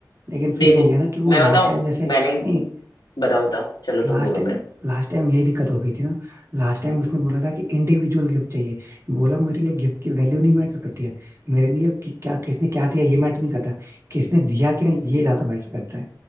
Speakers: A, on the right; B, on the left.
A: लेकिन
B: देखो
A: फिर यही है ना कि वो
B: मैं
A: लास्ट
B: बताऊँ
A: टाइम जैसे
B: मैंने
A: नहीं
B: बताओ बताओ चलो
A: लास्ट
B: तुम बोलो
A: टाइम
B: पहले
A: लास्ट टाइम यही दिक्कत हो गई थी ना लास्ट टाइम उसने बोला था कि इंडिविजुअल गिफ्ट चाहिए बोला मेरे लिए गिफ्ट की वैल्यू नहीं मैटर करती है मेरे लिए कि क्या किसने क्या दिया ये मैटर नहीं करता किसने दिया कि नहीं ये ज्यादा मैटर करता है